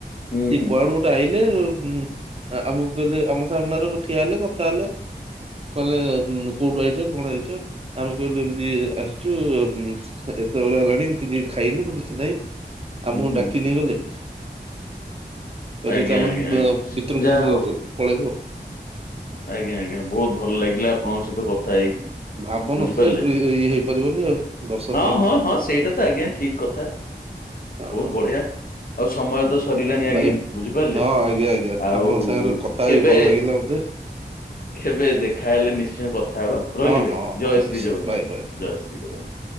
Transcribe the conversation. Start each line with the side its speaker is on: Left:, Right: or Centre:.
Left: ହୁଁ
Right: ସେ
Left: ହୁଁ
Right: କୁଆଡୁ ଗୋଟେ ଆଇ ଉମ ଆମକୁ କହିଲେ ଆମ ସାମ୍ନାରେ ଗଠିଆ ହେଲେ କଥା ହେଲେ କହିଲେ ଉମ କୋଉଠୁ ଆଇଛ କଣ ଆଇଛ ଆମେ କହିଲୁ ଏମିତି ଆସିଛୁ ଉମ ଏତେବେଳେ ହେଲାଣି କିଛି ଖାଇନୁ କିଛି ନାଇଁ
Left: ହୁଁ
Right: ଆମକୁ
Left: ହୁଁ
Right: ଡାକି ନେଇ ଗଲେ କହିଲେ
Left: ଆଜ୍ଞା
Right: ଚାଲନ୍ତୁ
Left: ଆଜ୍ଞା ଆଜ୍ଞା।
Right: ଭିତରକୁ
Left: ଯାହା ହଉ
Right: ପଳେଇବ
Left: ଆଜ୍ଞା ଆଜ୍ଞା ବହୁତ ଭଲ ଲାଗିଲା ଆପଣଙ୍କ ସହିତ କଥା ହେଇକି
Right: ଭାବ
Left: ବୁଝିପାରିଲେ
Right: ନଥିଲେ ପ୍ରି ଇଏ ହେଇପାରିବନି ଆଉ ଦର୍ଶନ
Left: ହଁ
Right: ହେଇପାରିବନି
Left: ହଁ ହଁ ସେଇଟା ତ ଆଜ୍ଞା ଠିକ କଥା
Right: ହଁ
Left: ବହୁତ ବଢିଆ ଆଉ ସମୟ ତ ସରିଲାଣି ଆଜ୍ଞା
Right: ଭାଇ
Left: ବୁଝିପାରିଲେ
Right: ହଁ ଆଜ୍ଞା ଆଜ୍ଞା
Left: ଆଉ
Right: ଆପଣଙ୍କ ସାଙ୍ଗରେ କଥା ହେଇକି
Left: କେବେ
Right: ଭଲ ଲାଗିଲା <inaudible>
Left: କେବେ ଦେଖା ହେଲେ ନିଶ୍ଚୟ କଥା ହେବା ରହିଲି
Right: ହଁ
Left: ଭାଇ
Right: ହଁ ହଁ
Left: ଜୟ
Right: ନିଶ୍ଚିତ
Left: ଶ୍ରୀ ଜଗନ୍ନାଥ
Right: ବାଏ ବାଏ
Left: ଜୟ ଶ୍ରୀ ଜଗନ୍ନାଥ